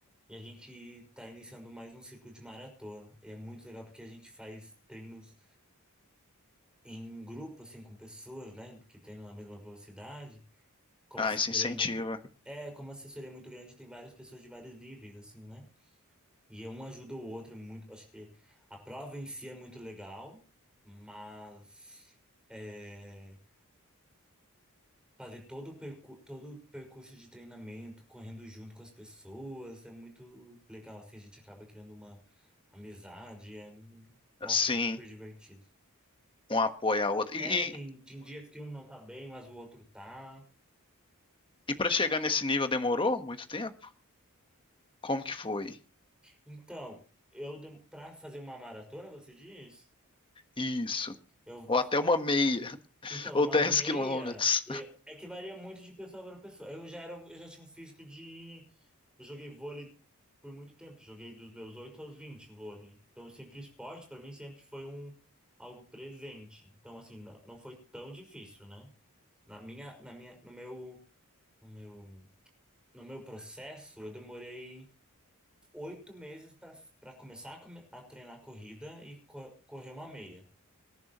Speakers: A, in the centre; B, on the left (about 25°).
A: e a gente tá iniciando mais um ciclo de maratona. E é muito legal porque a gente faz treinos em grupo assim com pessoas, né, que treinam na mesma velocidade. Como
B: Ah,
A: a assessoria
B: isso incentiva.
A: é muito É, como a assessoria é muito grande, tem várias pessoas de vários níveis, assim, né? E um ajuda o outro é muito. Acho que a prova em si é muito legal, mas é, fazer todo o percu todo o percurso de treinamento, correndo junto com as pessoas, é muito legal. Assim, a gente acaba criando uma amizade. É, nossa,
B: Sim.
A: super divertido.
B: um apoia a outra.
A: É,
B: E,
A: tem,
B: e,
A: tem dias que um não tá bem, mas o outro tá.
B: para chegar nesse nível demorou muito tempo? Como que foi?
A: Então, eu, dem- pra fazer uma maratona, você diz?
B: Isso.
A: eu
B: Ou até uma meia, <laughs>
A: Então,
B: ou
A: uma
B: 10
A: meia
B: quilômetros.
A: é é que varia muito de pessoa para pessoa. Eu já era, um, eu já tinha um físico de. Eu joguei vôlei por muito tempo, joguei dos meus 8 aos 20 vôlei. Então, sempre esporte para mim sempre foi um algo presente. Então, assim, não, não foi tão difícil, né? Na minha, na minha, no meu, no meu, no meu processo, eu demorei oito meses para para começar a, come- a treinar corrida e co correr uma meia.